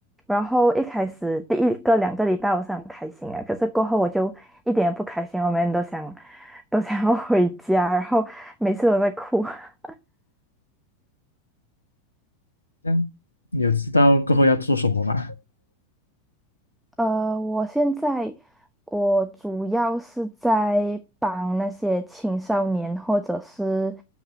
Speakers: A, in the centre; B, on the left.
A: 然后一开始第一个两个礼拜我是很开心啊，可是过后我就一点也不开心，我每天都想都想要回家，然后每次都在哭。<laughs>
B: 这样你有知道过后要做什么吗？
A: 呃，我现在我主要是在帮那些青少年或者是